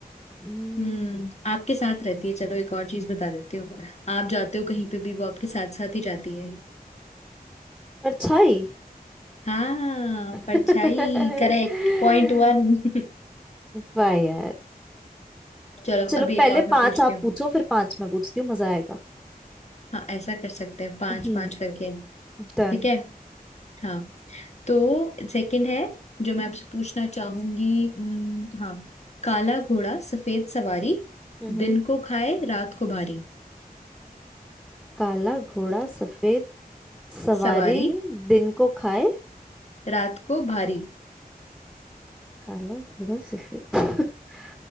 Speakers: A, in the centre; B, on the left.
A: हम्म,
B: हम्म आपके साथ रहती है चलो एक और चीज बता देती हूँ आप जाते हो कहीं पे भी वो आपके साथ साथ ही जाती है
A: परछाई
B: हाँ
A: <laughs>
B: परछाई करेक्ट पॉइंट वन <laughs>
A: वाह यार
B: चलो
A: चलो
B: अभी एक
A: पहले
B: और मैं
A: पांच
B: पूछती
A: आप
B: हूँ
A: पूछो फिर पांच मैं पूछती हूँ मजा आएगा
B: हाँ ऐसा कर सकते हैं पांच
A: हम्म
B: पांच करके
A: डन
B: ठीक है हाँ तो सेकंड है जो मैं आपसे पूछना चाहूंगी हम्म, हाँ काला घोड़ा सफेद सवारी
A: हम्म
B: दिन को खाए रात को भारी
A: काला घोड़ा सफेद सवारी
B: सवारी
A: दिन को खाए
B: रात को भारी
A: काला घोड़ा सफेद <laughs>